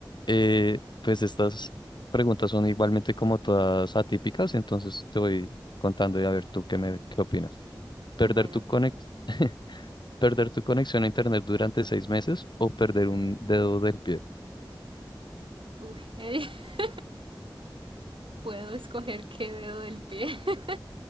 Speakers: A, on the left (about 60°); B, on the right (about 85°).
A: eh, pues estas preguntas son igualmente como todas atípicas, entonces te voy contando y a ver tú qué me, qué opinas. ¿Perder
B: Bueno,
A: tu conex... <laughs> ¿Perder tu conexión a internet durante seis meses o perder un dedo del pie?
B: uy, <laughs> puedo escoger qué dedo del pie. <laughs>